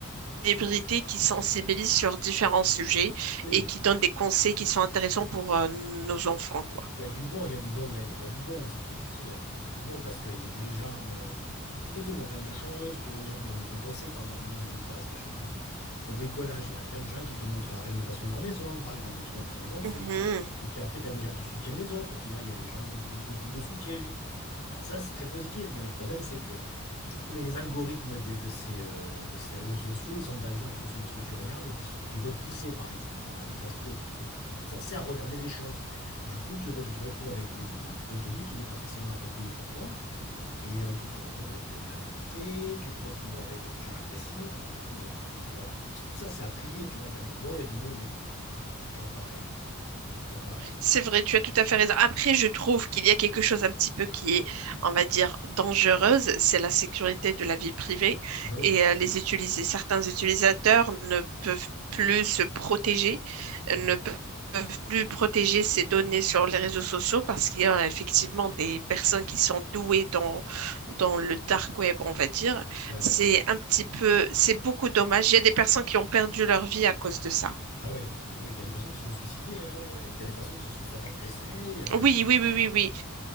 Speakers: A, on the right (about 75°); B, on the left (about 80°).
A: célébrités qui sensibilisent sur différents sujets
B: oui.
A: et qui donnent des conseils qui sont intéressants pour euh, nos enfants, quoi
B: Il y a du bon, il y a du bon, il y a, il y a du bon aussi, comme tu dis, il y a du, du bon parce que il y a les gens, euh, tu découvres plein de choses, tu- il y a des gens qui donnent des bons conseils. Par exemple, moi, je m'intéresse vachement euh, au bricolage. Il y a plein de gens qui te montrent la rénovation de leur maison, par exemple, ils te montrent comment ils ont fait.
A: uh-huh
B: Et puis après, tu as des gens qui soutiennent les autres, tu vois, il y a des gens, des groupes de soutien. Euh, ça, c'est très positif, mais le problème, c'est que les algorithmes des- de ces, euh, de ces réseaux sociaux, ils sont basés en fonction de ce que tu regardes et puis ce qu'ils veulent pousser, par exemple, à, à ce que- te forcer à regarder des choses. Du coup, tu, re- tu te retrouves avec des- des- du contenu qui n'est pas forcément approprié pour toi et euh, tu te retrouves avec de la nudité, tu te retrouves avec des gens agressifs, tu te retrouves... Alors, tout tout ça, c'est à trier, tu vois, il y a du bon, il y a du mauvais. C'est toujours pareil, c'est toujours pareil.
A: C'est vrai, tu as tout à fait raison. Après, je trouve qu'il y a quelque chose un petit peu qui est, on va dire, dangereuse, c'est la sécurité de la vie privée
B: Ah bah oui,
A: et euh, les utilis- certains utilisateurs ne peuvent plus se protéger, euh,
B: ah
A: ne
B: oui,
A: pe- peuvent plus protéger ces données sur les réseaux sociaux parce qu'il y a effectivement des personnes qui sont douées dans, dans le dark web, on va dire.
B: ouais,
A: C'est
B: ouais.
A: un petit peu, c'est beaucoup dommage. Il y a des personnes qui ont perdu leur vie à cause de ça.
B: Ah oui, ah oui, il y a des personnes qui se sont suicidées, ah ouais, ouais. ouais. Et puis il y a des personnes qui se sont faites agresser, ah ouais.
A: Oui, oui, oui, oui, oui.